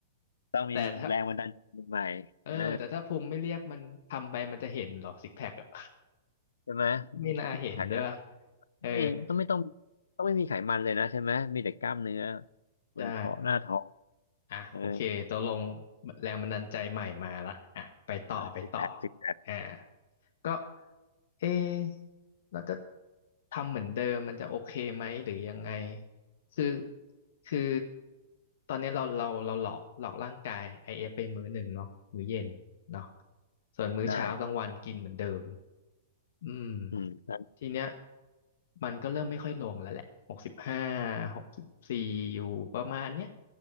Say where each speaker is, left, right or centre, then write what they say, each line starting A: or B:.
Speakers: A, on the left; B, on the left.
A: ต้องมีแรงบันดาลใจใหม่ๆเออ
B: แต่ถ้า เออ แต่ถ้าพุงไม่เรียบมันทำไปมันจะเห็นเหรอซิกแพคอะ
A: ใช่ไหม
B: <laughs> ไม่น่าเห็นใช่ป่ะ
A: ซิกแพคนะต้อง
B: เออ
A: ไม่ต้องไม่ต้องต้องไม่มีไขมันเลยนะใช่ไหมมีแต่กล้ามเนื้อ
B: ใช่
A: บนท้องหน้าท้อง
B: อ่ะโอเคตกลง
A: เออ
B: แรงบันดาลใจใหม่มาละอ่ะไปต่อไปต่อ
A: ซิกแพคซิกแพค
B: อ่าก็เอะเราจะทำเหมือนเดิมมันจะโอเคไหมหรือยังไงคือคือตอนนี้เราเราเราหลอกหลอกร่างกาย IF ไปมื้อหนึ่งเนาะมื้อเย็นเนาะส่วนมื้อเช้ากลางวันกินเหมือนเดิม
A: ใช่
B: อืม
A: อืมนั้น
B: ทีเนี้ยมันก็เริ่มไม่ค่อยลงแล้วแหละหกสิบห้าหกสิบสี่อยู่ประมาณเนี้ย